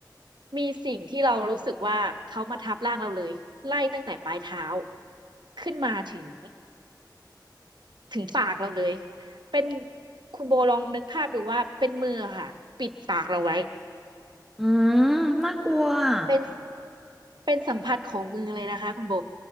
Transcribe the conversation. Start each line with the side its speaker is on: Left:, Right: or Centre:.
Right: มีสิ่งที่เรารู้สึกว่าเขามาทับร่างเราเลยไล่ตั้งแต่ปลายเท้าขึ้นมาถึงถึงปากเราเลยเป็นคุณโบลองนึกภาพดูว่าเป็นมือค่ะปิดปากเราไว้
Centre: อืมน่ากลัวอะ
Right: เป็นเป็นสัมผัสของมือเลยนะคะคุณโบ